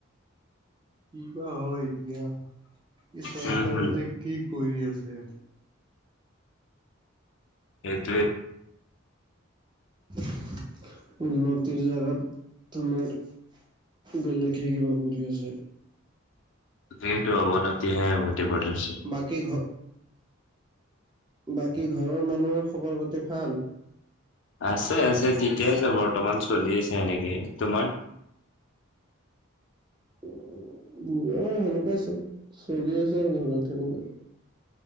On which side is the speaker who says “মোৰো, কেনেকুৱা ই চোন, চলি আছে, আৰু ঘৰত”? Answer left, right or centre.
Right